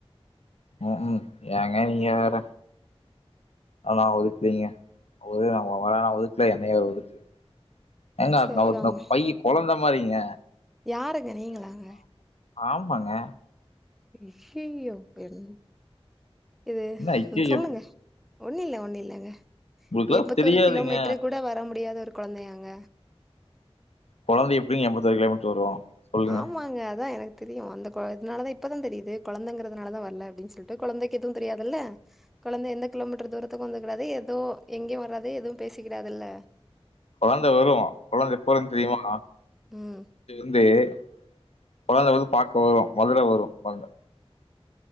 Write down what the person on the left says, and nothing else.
ம் ம் ஏங் ஏங் நீங்க வேற ஆனா நா ஒதுக்லீங்க <unintelligible> ஒதுக்கல என்னைய <unintelligible> ஏங்க
நா ஒரு ந்த பையி கொழந்த மாறிங்க
ஆமாங்க
என்ன ஐயையோ
உங்களுக்குலா
தெரியாதுங்க
கொழந்த எப்பிடிங்க எம்பத்தொரு கிலோமீட்ரு வரு சொல்லுங்க
கொழந்த வரு கொழந்த எப்ப வருன் தெரியிமா
<inaudible> கொழந்த வந்து பாக்க வரு மதுர வரு <unintelligible>